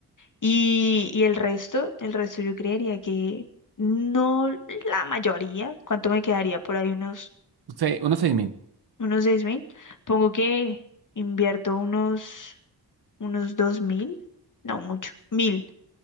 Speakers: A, on the left (about 50°); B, on the right (about 70°).
A: Y, y el resto, el resto yo creería que no la mayoría. ¿Cuánto me quedaría? Por ahí unos,
B: Sí, unos 6.000
A: unos seis mil. Pongo que invierto unos, unos dos mil. No, mucho. Mil.